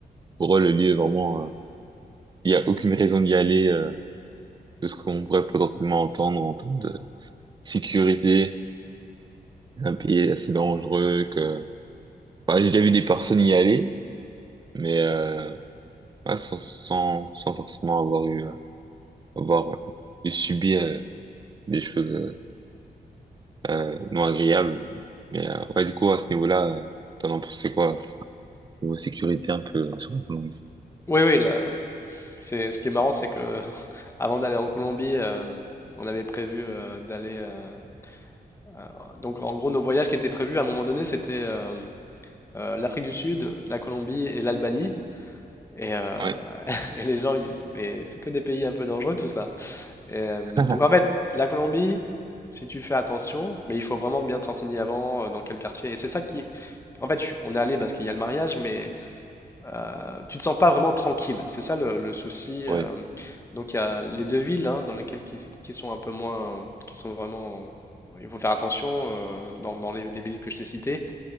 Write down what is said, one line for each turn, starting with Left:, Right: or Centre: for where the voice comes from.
Right: pour eux, le lieu, vraiment, euh, il y a aucune raison d'y aller, euh, de ce qu'on pourrait potentiellement entendre en termes de sécurité. C'est un pays assez dangereux que, enfin, j'ai déjà vu des personnes y aller, mais euh, ouais, sans, sans, sans forcément avoir eu, euh, avoir euh, subi euh, des choses euh, euh, non agréables. Mais euh, ouais, du coup, à ce niveau-là, euh, t'en as pensé quoi? Niveau sécurité un peu euh, sur la Colombie.
Left: Oui oui, la, C'est, ce qui est marrant, c'est que <laughs> avant d'aller en Colombie, euh, on avait prévu euh, d'aller. euh, à- donc, en gros, nos voyages qui étaient prévus à un moment donné, c'était euh, euh, l'Afrique du Sud, la Colombie et l'Albanie. Et, euh,
Right: Ouais.
Left: <laughs> et les gens, ils disent, mais c'est que des pays un peu dangereux, tout ça. Et, euh,
Right: <laughs>
Left: donc, en fait, la Colombie, si tu fais attention, mais il faut vraiment bien te renseigner avant, euh, dans quel quartier. Et c'est ça qui. En fait, je suis- on est allé parce qu'il y a le mariage, mais euh, tu ne te sens pas vraiment tranquille, c'est ça le, le souci. euh.
Right: Ouais.
Left: donc il y a les deux villes hein, dans lesquelles qui, qui sont un peu moins, qui sont vraiment, il faut faire attention euh, dans, dans les, les villes que je t'ai citées.